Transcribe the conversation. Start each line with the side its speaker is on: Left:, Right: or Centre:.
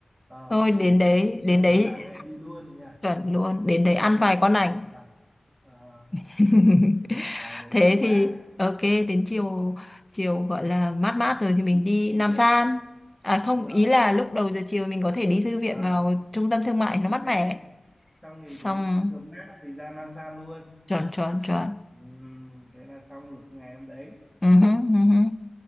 Right: Ờ,
Left: thôi
Right: thế
Left: đến
Right: thì
Left: đấy
Right: chiều
Left: đến đấy
Right: nó nắng ấy đi luôn nha
Left: chuẩn luôn đến
Right: đi luôn
Left: đấy ăn
Right: cái đấy
Left: vài con ảnh
Right: và ờ,
Left: <laughs>
Right: vào đấy
Left: thế
Right: cho mát
Left: thì ok đến chiều chiều gọi là mát mát rồi thì mình
Right: đi
Left: đi
Right: thư
Left: Nam
Right: viện
Left: San à không
Right: đúng rồi
Left: ý là lúc đầu giờ chiều mình có thể đi thư viện
Right: Ờ,
Left: vào trung tâm thương mại nó
Right: ok
Left: mát mẻ
Right: xong thì
Left: xong
Right: đến chiều mát thì ra Nam Sa luôn
Left: chuẩn chuẩn chuẩn
Right: Ừm, thế là xong được ngày hôm đấy
Left: ừ, hứ, ừ hứ.